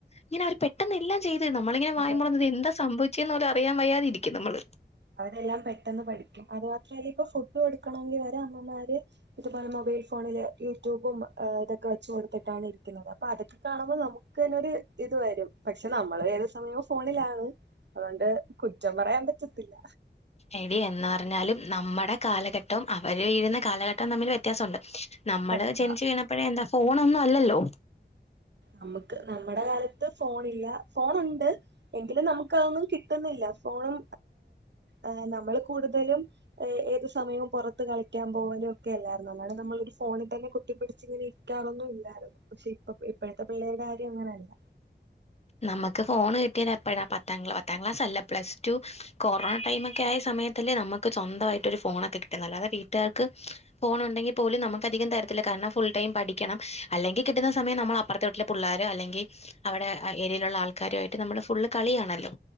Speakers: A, on the left; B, on the right.
A: ഇങ്ങനെ അവര് പെട്ടന്നെല്ലാം ചെയ്ത് നമ്മളിങ്ങനെ വായും
B: അതെ
A: പൊളന്ന് എന്താ സംഭവിച്ചേന്ന് പോലും അറിയൻ വയ്യാതെ ഇരിക്കും നമ്മള്
B: അവരെല്ലാം പെട്ടെന്ന് പഠിക്കും അത് മാത്രല്ല ഇപ്പൊ ഫുഡ് കൊടുക്കണമെങ്കിൽ വരെ അമ്മമാര് ഇതുപോലെ മൊബൈൽ ഫോണില് യൂട്യൂബും ഇതൊക്കെ വെച്ച് കൊടുത്തിട്ടാണ് ഇരിക്കുന്നത് അപ്പൊ അതൊക്കെ കാണുമ്പോൾ നമുക്ക് ക്കെന്നെ ഒരു ഇത് വരും പക്ഷെ നമ്മള് ഏത് സമയവും ഫോണിലാണ് അതുകൊണ്ട് കുറ്റം പറയാൻ പറ്റത്തില്ല
A: എടി എന്ന് പറഞ്ഞാലും നമ്മുടെ കാലഘട്ടവും അവര് വീഴുന്ന കാലഘട്ടവും തമ്മിൽ വ്യത്യാസമുണ്ട് നമ്മള്
B: സത്യം
A: ജനിച്ചു വീണപ്പഴേ എന്താ ഫോണൊന്നും അല്ലല്ലോ
B: നമുക്ക് നമ്മുടെ കാലത്ത് ഫോണില്ല ഫോണുണ്ട് എങ്കിലും നമുക്കതൊന്നും കിട്ടുന്നില്ല ഫോണും ഏഹ് നമ്മള് കൂടുതലും ഏഹ് ഏത് സമയവും പുറത്ത് കളിക്കാൻ പോലും ഒക്കെ അല്ലാരുന്നോ നമ്മളൊരു ഫോണിൽ തന്നെ കുത്തിപ്പിടിച്ച് ഇങ്ങനെ ഇരിക്കാറൊന്നും ഇല്ലായിരുന്നു പക്ഷെ ഇപ്പ ഇപ്പഴത്തെ പിള്ളേരുടെ കാര്യം അങ്ങനെയല്ല
A: നമുക്ക് ഫോൺ കിട്ടിയത് എപ്പഴാ പത്താംക്ല പത്താം ക്ലാസ് അല്ല പ്ലസ് ടു കൊറോണ ടൈമ് ഒക്കെ ആയ സമയ ത്തല്ലേ നമുക്ക് സ്വന്തവായിട്ട് ഒരു ഫോണൊക്കെ കിട്ടുന്നത് അല്ലാതെ വീട്ടുകാർക്ക് ഫോൺ ഉണ്ടെങ്കിൽ പോലും നമുക്ക് അധികം തരത്തില്ല കാരണം ഫുൾ ടൈം പഠിക്കണം അല്ലെങ്കിൽ കിട്ടുന്ന സമയം നമ്മള പ്പുറത്തെ വീട്ടിലെ പിള്ളോരോ അല്ലെങ്കിൽ അവിടെ ഏരിയയിലുള്ള ആൾക്കാരു ആയിട്ട് നമ്മള് ഫുൾ കളിയാണല്ലോ